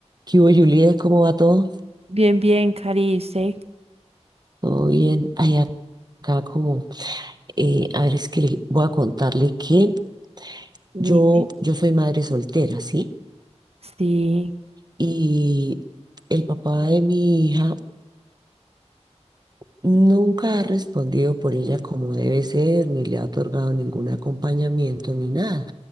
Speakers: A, on the right; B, on the right.
A: ¿Qué hubo, Juliet? ¿Cómo va todo?
B: Bien, bien, Cari, ¿usted?
A: ¿Todo bien? Ay, acá como, eh, a ver, es que le voy a contarle que
B: Sí,
A: yo, yo soy madre soltera, ¿sí?
B: Sí.
A: Y el papá de mi hija nunca ha respondido por ella como debe ser, ni le ha otorgado ningún acompañamiento, ni nada.